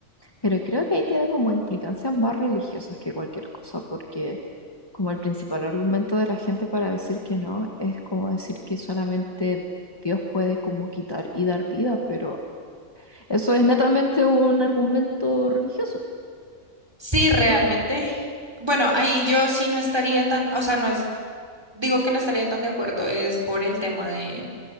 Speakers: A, on the left; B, on the right.
A: Pero creo que ahí tiene como implicancias más religiosas que cualquier cosa, porque como el principal argumento de la gente para decir que no es como decir que solamente Dios puede como quitar y dar vida, pero eso es netamente un argumento religioso.
B: sí, realmente.
A: ¿Qué cree
B: Bueno, ahí yo sí no estaría tan, o sea, no es, digo que no estaría tan de acuerdo, es por el tema de,